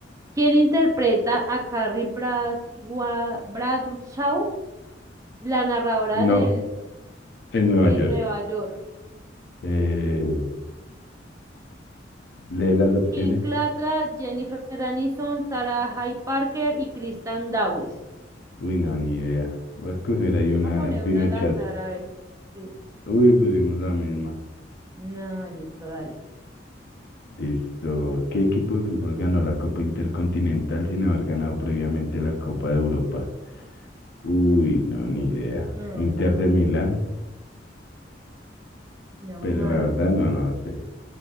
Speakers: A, on the right; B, on the left.
A: quien interpreta a Carrie Bradwa- Bradshaw, la narradora
B: No,
A: del
B: en Nueva
A: en
B: York.
A: Nueva York.
B: Eh, lee las opciones.
A: Kim Clatra, Jennifer Aniston, Sarah J. Parker y Kristen Davis.
B: Uy, no, ni idea. Voy a escoger
A: Me
B: ahí
A: toca
B: una
A: poner
B: al pinochazo.
A: una al azar, a ver. Sí.
B: Uy, pusimos la misma.
A: No, listo, dale.
B: Listo. ¿Qué equipo de fútbol ganó la Copa Intercontinental sin haber ganado previamente la Copa de Europa? Uy, no, ni idea.
A: No,
B: Inter de Milán.
A: vamos
B: Pero
A: a
B: la
A: ver.
B: verdad, no, no sé.